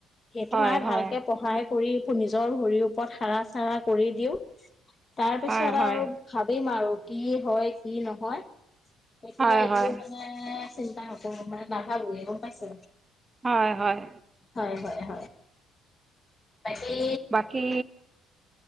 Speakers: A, on the left; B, on the right.
A: সেইটো
B: হয়,
A: নাই
B: হয়।
A: ভালকে পঢ়াই কৰি শুনিছো নিজৰ ভৰিৰ ওপৰত খাৰা চাৰা কৰি দিওঁ তাৰ পিছত
B: হয়, হয়।
A: আৰু ভাবিম আৰু ই হয় কি নহয় তেতিয়া
B: হয়,
A: এইবোৰ
B: হয়।
A: মানে চিন্তা ন কৰোঁ নাভাবো এই গম পাইছে
B: হয়, হয়।
A: হয় হয় হয় তাকেই
B: বাকী